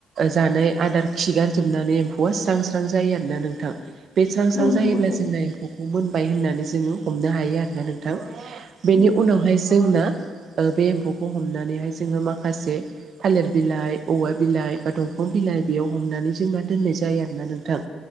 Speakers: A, on the right; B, on the left.
A: जानाय आदार खिगार जोबनानै एम्फौआ स्रां स्रां जायो आरोना नोंथां बे स्रां स्रां
B: औ नंगौ
A: जायोब्ला
B: थारैनो
A: जोंना एम्फौखौ मोनबाय होननानै जोङो हमनो हायो आरोना नोंथां बेनि
B: औ
A: उनावहाय जोंना बे एम्फौखौ हमनानैहाय जोङो माखासे थालिर बिलाइ औवा बिलाइ बा दंफां बिलाइ बेयाव हमनानै जोंना दोननाय जायो आरोना नोंथां।